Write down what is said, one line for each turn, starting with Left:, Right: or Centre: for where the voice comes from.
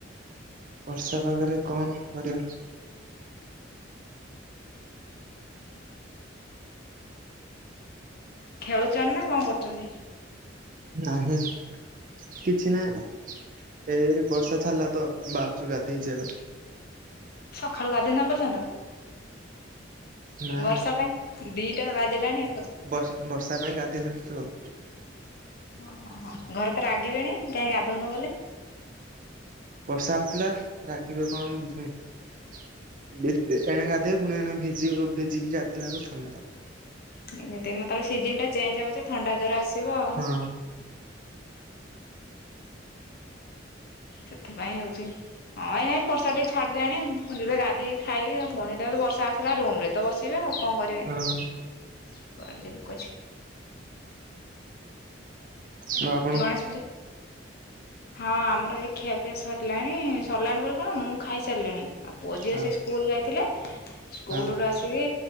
Right: ବର୍ଷା ପାଗରେ କଣ କରିବା?
Left: ଖେଳୁଚନ୍ତି ନା କଣ କରୁଚନ୍ତି?
Right: ନାଁ ନାଁ କିଛି ନାହିଁ ଏଇ ବର୍ଷା ଛାଡ଼ିଲା ତ ବାହାରୁଚୁ ଗାଧେଇ ଯିବା ପାଇଁ।
Left: ସଖାଳୁ ଗାଧେଇ ନ ଏ ପର୍ଯ୍ୟନ୍ତ
Right: ନା
Left: ବର୍ଷା ପାଇଁ ଦିଟା ବାଜିଲାଣି ଏ ପର୍ଯ୍ୟନ୍ତ
Right: ବଷ୍ ବର୍ଷା ପାଇଁ ଗାଧେଇ ନଥିଲୁ ଆଉ।
Left: ଓହୋ ଘରେ ତ ରାଗିବେଣି କାହିଁ ଗାଧୋଉନ ବୋଲି।
Right: ବର୍ଷା ହଉଥିଲା ରାଗିବ କଣ? ଉଁ ଭିତେ ଏଣେ ଗାଧୋଇ ପୁଣି ଏଣେ ଭିଜି ଭିଜିକି ଗାଧେଇଲା ବେଳକୁ ଥଣ୍ଡା ହବ।
Left: ଦିନେ ଦିନେ ତଳେ ସିଜିନଟା ଚେଞ୍ଜ୍ ହବ ଯେ ଥଣ୍ଡା ଜ୍ୱର ଆସିବ ଆଉ।
Right: ହବ
Left: ସେଥିପାଇଁ ହଉଛି। ହଁ ଏଇ ବର୍ଷା ଟିକେ ଛାଡଲାଣି ଯିବେ ଗାଧୋଇ ଖାଇବେ ଆଉ ପୁଣି ତାର ବର୍ଷା ଆସିଲେ ରୁମରେ। ତ ବସିବେ ଆଉ କଣ କରିବେ?
Right: ହଁ ହଁ
Left: କୁଆଡ଼େ ଯିବୁ ଖୋଜ୍
Right: ସୁ ଆପ୍।
Left: ଗଣେଶ ପୂଜା। ହଁ ଆମର ଏଇ ଖିଆପିଆ ସରିଲାଣି ସରିଲାଣି ବୋଲି କଣ ମୁଁ ଖାଇସାରିଲିଣି। ଆଉ ପୁଅ ଝିଅ
Right: ହଁ
Left: ସେ ସ୍କୁଲ ଯାଇଥିଲେ। ସ୍କୁଲରୁ
Right: ହଁ
Left: ଆସିକି